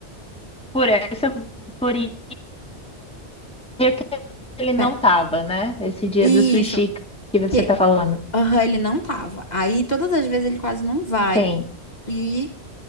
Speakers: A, in the centre; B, on the left.
A: por essa, por isso, dia que ele não
B: Pé.
A: tava, né? Esse dia
B: Isso,
A: do sushi que você
B: que
A: tá falando.
B: aham, ele não tava. Aí todas as vezes ele quase não vai.
A: Sim.
B: E